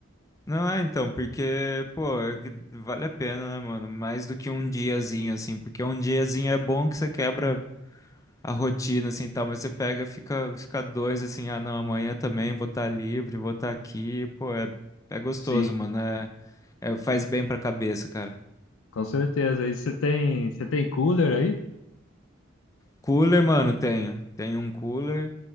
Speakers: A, on the left; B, on the left.
A: Não é, então, porque, pô, é que vale a pena, né, mano? Mais do que um diazinho, assim, porque um diazinho é bom que você quebra a rotina, assim, tal, mas você pega, fica, fica dois, assim, ah, não, amanhã também vou estar livre, vou estar aqui, pô, é, é gostoso,
B: Sim,
A: mano, é, é- faz bem pra cabeça, cara.
B: Com certeza. E você tem, você tem cooler aí?
A: Cooler, mano, tenho. Tenho um cooler.